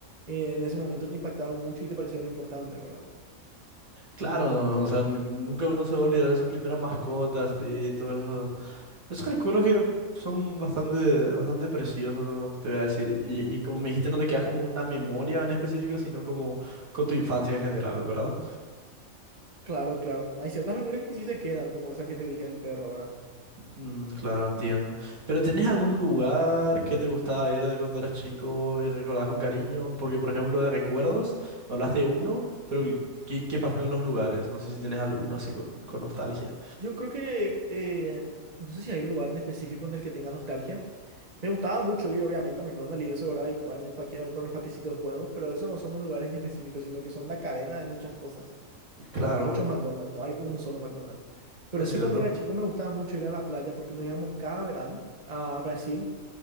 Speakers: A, on the right; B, on the right.
A: eh, en ese momento te impactaron mucho y te parecieron importantes, ¿verdad?
B: Claro, o sea, n- nunca uno se va a olvidar de su primera mascota, y todos esos, esos recuerdos que son bastante, bastante preciosos, te voy a decir. Y, y como me dijiste, no te quedas como una memoria en específico, sino como con tu infancia en general, ¿verdad?
A: Claro, claro. Hay ciertas memorias que sí se quedan, como esa que te dije del perro, ¿verdad?
B: Mm, claro, entiendo. ¿Pero tenés algún lugar que te gustaba ir de cuando eras chico y recordás con cariño? Porque, por ejemplo, de recuerdos, me hablaste de uno, pero ¿qué, qué pasa con los lugares? No sé si tenés alguno así con, con nostalgia.
A: Yo creo que, eh, no sé si hay un lugar en específico en el que tenga nostalgia. Me gustaba mucho ir, obviamente, a McDonald's y eso, ¿verdad? Y jugar en el parque, por los patecitos de juegos, pero esos no son un lugar en específico, sino que son una cadena de muchas cosas,
B: Claro,
A: ¿verdad? Hay muchos McDonald's, no hay un solo McDonald's. Pero
B: es
A: sí,
B: cierto.
A: cuando era chico me gustaba mucho ir a la playa porque nos íbamos cada verano a Brasil